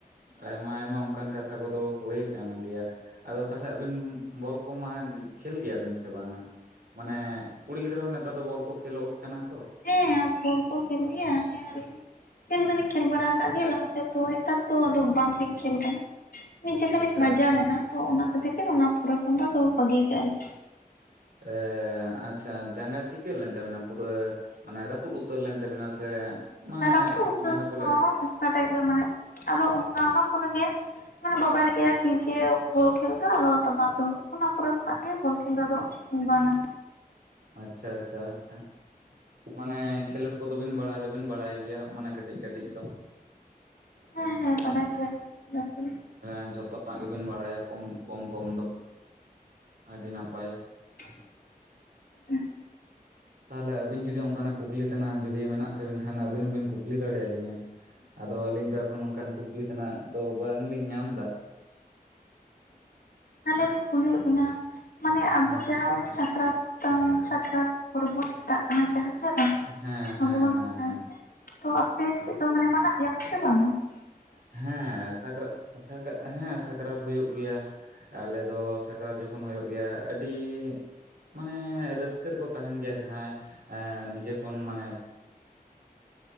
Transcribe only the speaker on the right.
ᱟᱭᱢᱟ ᱟᱭᱢᱟ ᱚᱱᱠᱟᱱ ᱠᱟᱛᱷᱟ ᱠᱚᱫᱚ ᱦᱳᱭ ᱠᱟᱱ ᱜᱮᱭᱟ᱾ ᱟᱫᱚ ᱛᱟᱦᱚᱞᱮ ᱟᱹᱵᱤᱱ ᱵᱚᱞ ᱠᱚᱢᱟ ᱠᱷᱮᱞ ᱜᱮᱭᱟᱵᱤᱱ ᱥᱮ ᱵᱟᱝᱼᱟ ᱢᱟᱱᱮ ᱠᱩᱲᱤ ᱜᱤᱫᱽᱨᱟᱹ ᱦᱚᱸ ᱱᱮᱛᱟᱨ ᱫᱚ ᱵᱚᱞ ᱠᱚ ᱠᱷᱮᱞᱳᱰ ᱠᱟᱱᱟ ᱛᱚ᱾
ᱟᱪᱪᱷᱟ
ᱟᱪᱪᱷᱟ
ᱮᱻ ᱟᱪᱪᱷᱟ ᱡᱟᱸᱜᱟ ᱪᱤᱠᱟᱹ ᱞᱮᱱ ᱛᱟᱵᱤᱱᱟ ᱯᱩᱨᱟᱹ ᱢᱟᱱᱮ ᱨᱟᱹᱯᱩᱫ ᱩᱛᱟᱹᱨ ᱞᱮᱱ ᱛᱟᱵᱤᱱᱟ ᱥᱮ ᱢᱟᱱᱮ
ᱡᱟᱦᱟᱸ ᱠᱚ ᱞᱟᱹᱭ
ᱟᱪᱪᱷᱟ ᱟᱪᱪᱷᱟ ᱟᱪᱪᱷᱟ ᱢᱟᱱᱮ ᱠᱷᱮᱞᱳᱰ ᱠᱚᱫᱚ ᱵᱤᱱ ᱵᱟᱲᱟᱭ ᱫᱚᱵᱤᱱ ᱵᱟᱲᱟᱭ ᱜᱮᱭᱟ ᱢᱟᱱᱮ ᱠᱟᱹᱴᱤᱡ ᱠᱟᱹᱴᱤᱡ ᱫᱚ᱾ <unintelligible>
ᱮᱸ ᱡᱷᱚᱛᱚᱱᱟᱜ ᱜᱮᱵᱮᱱ ᱵᱟᱲᱟᱭᱟ ᱠᱚᱢ ᱠᱚᱢ ᱠᱚᱢ ᱫᱚ ᱟᱹᱰᱤ ᱱᱟᱯᱟᱭ᱾
ᱛᱟᱦᱚᱞᱮ ᱟᱹᱵᱤᱱ ᱡᱩᱫᱤ ᱚᱱᱠᱟᱱᱟᱜ ᱠᱩᱠᱞᱤ ᱛᱮᱱᱟᱜ ᱡᱩᱫᱤ ᱢᱮᱱᱟᱜ ᱛᱟᱹᱵᱤᱱ ᱠᱷᱟᱱ ᱟᱹᱵᱤᱱ ᱦᱚᱸᱵᱤᱱ ᱠᱩᱠᱞᱤ ᱫᱟᱲᱮᱭᱟᱞᱤᱧᱟ᱾ ᱟᱫᱚ ᱟᱹᱞᱤᱧ ᱫᱚ ᱮᱠᱷᱚᱱ ᱚᱱᱠᱟᱱ ᱠᱩᱠᱞᱤ ᱛᱮᱱᱟᱜ ᱫᱚ ᱵᱟᱝᱞᱤᱧ ᱧᱟᱢ ᱫᱟ᱾
ᱦᱮᱸ
ᱦᱮᱸ ᱦᱮᱸ
ᱦᱮᱸ ᱦᱮᱸ
ᱦᱮᱸ ᱥᱟᱠᱨᱟ ᱥᱟᱠ ᱦᱮᱸ ᱥᱟᱠᱨᱟᱛ ᱦᱳᱭᱳᱜ ᱜᱮᱭᱟ᱾ ᱟᱞᱮ ᱫᱚ ᱥᱟᱠᱨᱟᱛ ᱡᱚᱠᱷᱚᱱ ᱦᱩᱭᱩᱜ ᱜᱮᱭᱟ ᱟᱹᱰᱤ ᱢᱟᱱᱮ ᱨᱟᱹᱥᱠᱟᱹ ᱨᱮᱠᱚ ᱛᱟᱦᱮᱱ ᱜᱮᱭᱟ ᱡᱟᱦᱟᱸᱭ ᱮ ᱱᱤᱡᱮ ᱠᱷᱚᱱ ᱢᱟᱱᱮ᱾